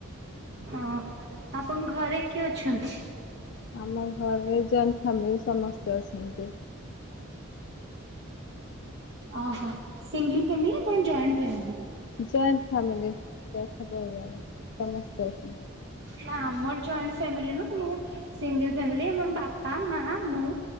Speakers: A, on the right (about 50°); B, on the left (about 55°).
A: ହଁ ଆପଣ ଘରେ କିଏ ଅଛନ୍ତି?
B: ଆମ ଘରେ ଜଏଣ୍ଟ ଫ୍ୟାମିଲି ସମସ୍ତେ ଅଛନ୍ତି।
A: ଆ ହଁ ସିଙ୍ଗିଲ ଫ୍ୟାମିଲି ନାଁ ଜଏଣ୍ଟ ଫ୍ୟାମିଲି।
B: ଜଏଣ୍ଟ ଫ୍ୟାମିଲି ଯୌଥ ପରିବାର ସମସ୍ତେ ଅଛନ୍ତି।
A: ନାଁ ଆମର ଜଏଣ୍ଟ ଫାମିଲି ନୁହଁ ମୁଁ ସିଙ୍ଗିଲ ଫ୍ୟାମିଲି ମୋ ବାପା, ମାଆ, ମୁଁ